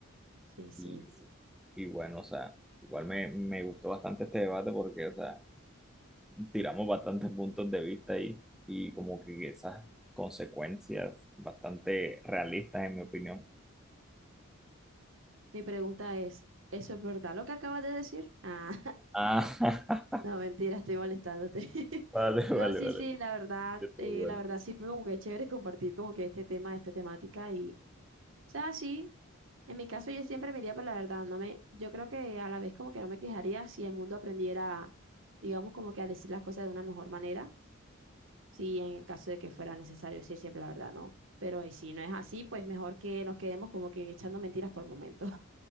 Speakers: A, on the right; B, in the centre.
A: sí, sí.
B: Y, y bueno, o sea, igual me, me gustó bastante este debate porque, o sea, tiramos bastantes puntos de vista ahí y como que esas consecuencias bastante realistas, en mi opinión.
A: Mi pregunta es, ¿eso es verdad lo que acabas de decir? Ah.
B: Ah, <laughs>
A: No, mentira, estoy molestándote. <laughs>
B: vale,
A: No,
B: vale,
A: sí,
B: vale.
A: sí, la verdad,
B: Estuvo
A: eh,
B: bueno.
A: la verdad sí fue como que es chévere compartir como que este tema, esta temática y, o sea, sí, en mi caso yo siempre me iría por la verdad, no me, yo creo que a la vez como que no me quejaría si el mundo aprendiera, digamos, como que a decir las cosas de una mejor manera, si en el caso de que fuera necesario decir siempre la verdad, no, pero y si no es así, pues mejor que nos quedemos como que echando mentiras por momentos.